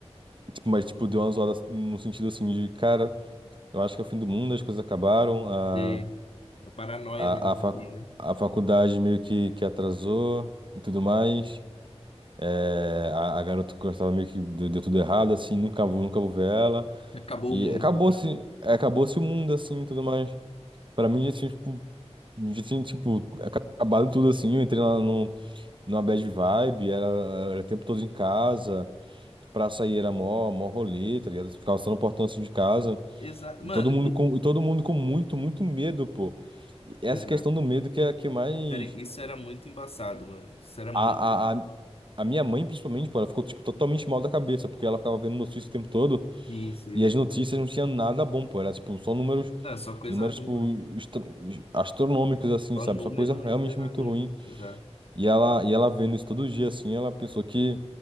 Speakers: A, on the right (about 45°); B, on the left (about 60°).
A: Tipo, mas, tipo, deu uma zoada no sentido assim de, cara, eu acho que é o fim do mundo, as coisas acabaram, a,
B: E a paranoia
A: a,
B: mesmo,
A: a, facu-
B: assim, né?
A: a faculdade meio que, que atrasou e tudo mais. É, a, a garota que eu gostava meio que deu, deu tudo errado, assim, nunca vou, nunca vou ver ela.
B: Acabou
A: E
B: o mundo.
A: acabou-se, acabou-se o mundo, assim, e tudo mais. Pra mim, assim, tipo. Eu Já tinha, tipo, aca- acabado tudo assim. Eu entrei lá no, numa bad vibe, era, era o tempo todo em casa. Pra sair era mó, mó rolê, tá ligado? Ficava só no portão assim de casa.
B: Exato.
A: E
B: Mano,
A: todo mundo
B: e-
A: com, e todo mundo com muito, muito medo, pô. E Essa
B: exato.
A: questão do medo que é a que mais.
B: Isso era isso era muito embaçado, mano. Isso era muito.
A: A, a, a, a minha mãe, principalmente, pô, ela ficou, tipo, totalmente mal da cabeça, porque ela ficava vendo notícia o tempo todo.
B: Isso, isso.
A: E as notícias não tinham nada bom, pô. Era, tipo, só números,
B: Ah, só coisa
A: números,
B: ruim,
A: tipo,
B: mano.
A: estra- astronômicos, assim,
B: Só
A: sabe?
B: número
A: Só coisa realmente
B: e coisa
A: muito
B: ruim.
A: ruim.
B: Exato.
A: E ela, e ela vendo isso todo dia, assim, ela pensou que,